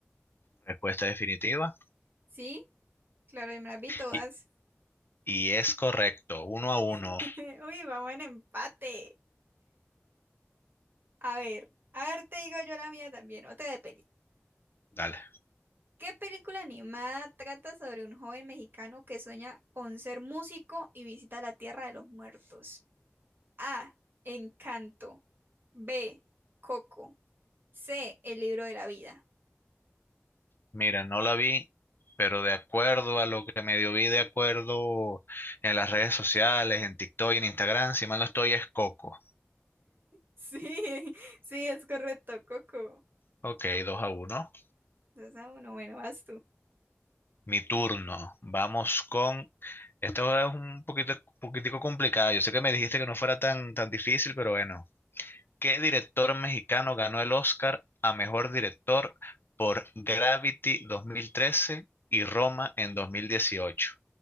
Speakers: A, on the left; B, on the right.
A: Respuesta definitiva.
B: ¿Sí? Claro, yo me las vi todas.
A: Y, y es correcto, uno a uno.
B: <laughs> Uy, vamos en empate. A ver, a ver, te digo yo la mía también, otra de peli
A: Dale.
B: ¿Qué película animada trata sobre un joven mexicano que sueña con ser músico y visita la tierra de los muertos? A. Encanto. B. Coco. C. El libro de la vida.
A: Mira, no la vi, pero de acuerdo a lo que medio vi, de acuerdo en las redes sociales, en TikTok y en Instagram, si mal no estoy, es Coco.
B: Sí, <laughs> sí, es correcto, Coco.
A: Ok, 2 a uno.
B: Dos a uno, bueno, vas tú.
A: Mi turno. Vamos con... Esto es un poquito, poquitico complicado. Yo sé que me dijiste que no fuera tan, tan difícil, pero bueno. ¿Qué director mexicano ganó el Oscar a mejor director por Gravity 2013 y Roma en 2018?